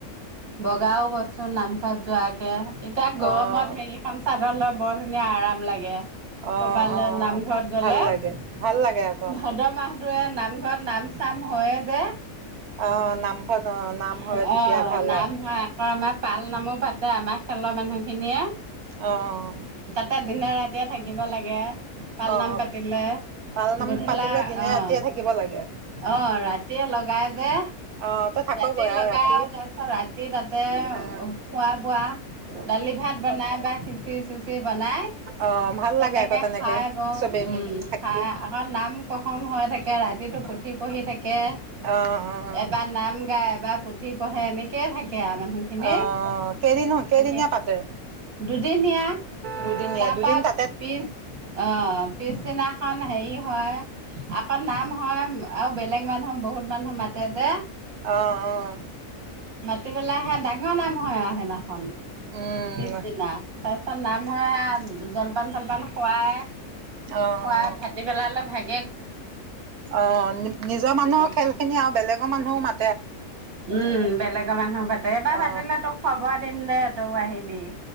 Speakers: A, on the right; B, on the right.
A: বগাও বচো নামঘৰত যোৱাকে তাত গৰমত
B: অঁ
A: হেইখন চাদৰ বৰ ধুনীয়া আৰাম লাগে ।
B: অঁ
A: কৰবালে
B: অঁ
A: নামঘৰত গলে
B: ভাল লাগে ভাল লাগে আকৌ
A: ভাদ্ৰ মাহটোৱে নামঘৰত নাম চাম হয়ে যে
B: অঁ নামঘৰত অঁ নাম হয়
A: ।
B: তেতিয়া
A: অ
B: ভাল
A: নাম
B: আৰু
A: হয় আকৌ আমাৰ পাল নামো পাতে আমাৰ খেলৰ মানুহ খিনিয়ে
B: অহঁ
A: তাতে দিনে ৰাতিয়ে থাকিব লাগে পালনাম
B: অঁ
A: পাতিলে
B: পালনাম
A: গধূলা
B: পাতিলে দিনে
A: অহ
B: ৰাতিয়ে থাকিব লাগে
A: অহ ৰাতিয়ে লগাই যে
B: অঁ তই থাকগৈ
A: ৰাতি
B: আৰু
A: লগাই
B: ৰাতি
A: তাৰপিছত ৰাতি তাতে
B: অঁ
A: খুৱ বোৱা দালি ভাত বনাই বা খিচি চিচি বনাই
B: অঁ ভাল
A: তেনেকে
B: লাগে আকৌ তেনেকৈ
A: খাই বওঁ
B: চবেই
A: উম
B: মিলি থাকি
A: খাই আকৌ নাম প্ৰসংগ হৈ থাকে ৰাতিটো। পঢ়ি থাকে
B: অঁ অঁ অঁ
A: এবাৰ নাম। এবাৰ পুথি পঢে এনেকয়ে থাকে। মানুহে
B: আহ কেইদিন হ কেইদিনীয়া পাতে
A: দুদিনীয়া
B: দুদিনীয়া
A: তাপা
B: দুদিন তাতে
A: পিছ অ পিছদিনাখন হেৰি। হয় আকৌ নাম হয় আৰু বেলেগ মানুহ বহুত মানুহ মাতে যে
B: আহ আহ
A: ক পেলাই সে ডাঙৰ নাম হয় আও সেইনাখন
B: উম
A: পিছদিনা তাৰপিছত নাম হয় জলপান চলপা কিমান খুৱাই
B: অ
A: খোৱা
B: অ
A: ই ভাট পেলাই অলপ ভাগি
B: অ নিজৰ মানুহৰ
A: তেনেকে।
B: খেল খিনি আৰু বেলেগ অ মানুহ মা
A: উম বেলেগৰ মানুহ পাতে এইবাৰ
B: অ
A: পাতিলে তোক খবৰ দিম দে আহিবি